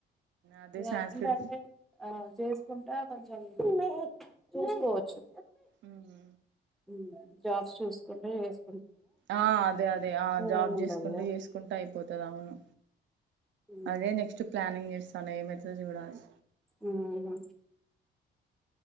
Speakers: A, on the right (about 70°); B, in the centre.
A: అదే
B: ఇగా
A: సాంస్క్రిట్
B: ఏంటంటే ఆ చేసుకుంటా కొంచెం ఈమే మే మే చూసుకోవచ్చు
A: ఉమ్ హు
B: ఉమ్మ్ జాబ్స్ చూసుకుంట చేస్
A: ఆ అదే అదే ఆ
B: ఏముండదుగా
A: జాబ్ జేసుకుంటూ జేసుకుంటా అయిపోతాది అవును
B: ఉమ్
A: అదే నెక్స్ట్ ప్లానింగ్ జేస్తాన ఏమైతదో జూడాలి
B: ఉమ్మ్ హు